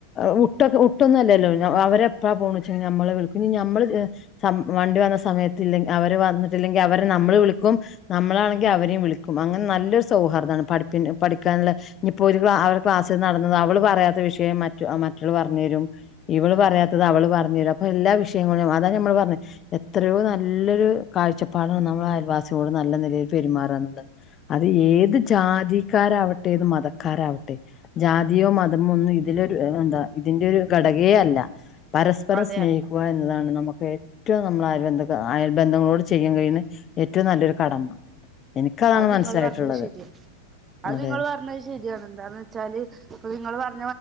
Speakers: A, on the left; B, on the right.
A: അഉട്ടോക് ഒട്ടൊന്നും അല്ലല്ലോ അവരെഎപ്പഴാപോണച്ച നമ്മളെ വിളിക്കും ഇനി നമ്മൾ എ സ വണ്ടിവന്ന സമയത്ത്ല്ലെങ്ക്‌ അവര് വന്നിട്ടില്ലെങ്കിൽ അവരെനമ്മള് വിളിക്കുംനമ്മളാണെങ്കിഅവരെയുംവിളിക്കുംഅങ്ങനെനല്ലൊരു സൗഹാർദ്ദണ് പഠിപ്പിന്റെ പഠിക്കാനുള്ള ഇനിപ്പോരിക്കും അവർ ക്ലാസ് നടന്നത് അവള് പറയാത്ത വിഷയം മറ്റ മറ്റള് പറഞ് തരും ഇവള് പറയാത്തത് അവള് പറഞ്ഞു തരും അപ്പൊ എല്ലാ വിഷയങ്ങളും അതാണ് നമ്മള് പറഞ്ഞെ എത്രയോ നല്ലൊരു കാഴ്ചപ്പാടാണ് നമ്മൾ അയൽവാസിയോട് നല്ല നിലയിൽ പെരുമാറ എന്നുള്ളത് അത് ഏത് ജാതി കാരാവട്ടെ ഇത് മതക്കാരാവട്ടെ ജാതിയോ മതമോ ഒന്നും ഇതിലൊരു എന്താ ഇതിന്റെ ഒരു ഘടകേ അല്ല പരസ്പരം
B: അതെ
A: സ്നേഹിക്കുക എന്നതാണ് നമുക്ക് ഏറ്റവും നമ്മൾ അയൽ ബന്ധ അയൽ ബന്ധങ്ങളോട് ചെയ്യൻ കഴിഞ്ഞഞ് ഏറ്റവും നല്ലൊരു കടമ എനിക്കതാണ്
B: അത്
A: മനസ്സിലായിട്ടുള്ളത്
B: നിങ്ങൾ പറഞ്ഞത് ശരിയാണ് അത്
A: അതെ
B: നിങ്ങ പറഞ്ഞത് ശരിയാണ് എന്താ കര്ന വെച്ചാല് നിങ്ങള് പറ <unintelligible>